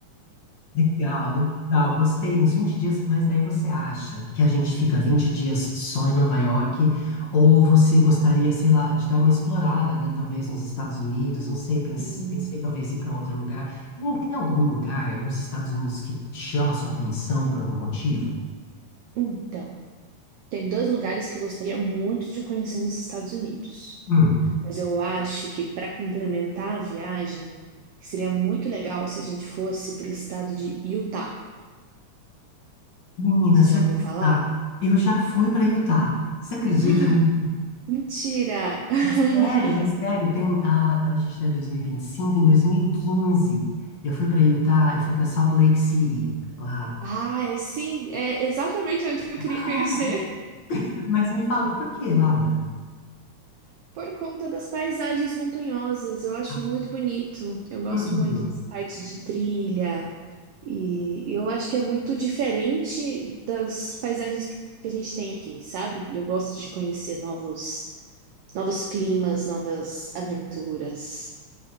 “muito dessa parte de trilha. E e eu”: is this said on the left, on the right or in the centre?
Right